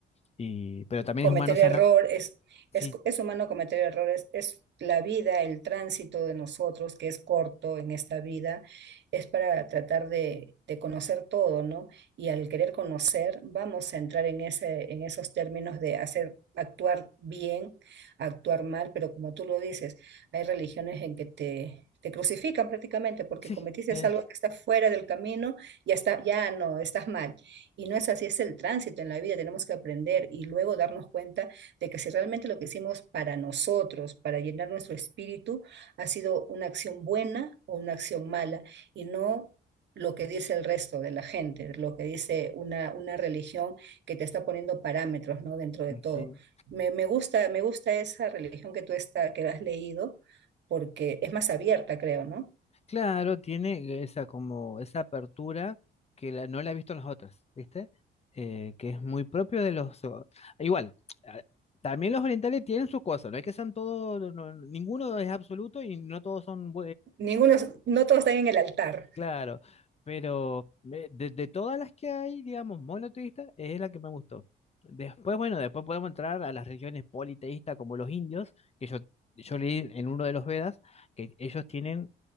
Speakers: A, on the left (about 30°); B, on the right (about 60°).
A: y, pero también
B: cometer
A: es humano sanar.
B: errores,
A: Sí,
B: es, es, humano cometer errores, es la vida, el tránsito de nosotros, que es corto en esta vida, es para tratar de, de conocer todo, ¿no? Y al querer conocer, vamos a entrar en, ese, en esos términos de hacer, actuar bien, actuar mal, pero como tú lo dices, hay religiones en que te, te crucifican prácticamente porque
A: sí,
B: cometiste
A: es,
B: algo que está fuera del camino, ya está, ya no, estás mal. Y no es así, es el tránsito en la vida, tenemos que aprender y luego darnos cuenta de que si realmente lo que hicimos para nosotros, para llenar nuestro espíritu, ha sido una acción buena o una acción mala y no lo que dice el resto de la gente, lo que dice una, una religión que te está poniendo parámetros, ¿no? Dentro de todo.
A: sí.
B: Me, me gusta, me gusta esa religión que tú está, que has leído porque es más abierta, creo, ¿no?
A: Claro, tiene esa como esa apertura que la- no la he visto en las otras, ¿viste? Eh, que es muy propio de los. o- Igual, a- también los orientales tienen sus cosas, no hay que sean todos, no- ninguno es absoluto y no todos son
B: Ninguno, no todos están en el altar.
A: Claro, pero me- de, de todas las que hay, digamos, monoteístas, es la que me gustó. Después, bueno, después podemos entrar a las religiones politeístas como los indios, que yo, yo leí en uno de los Vedas, que ellos tienen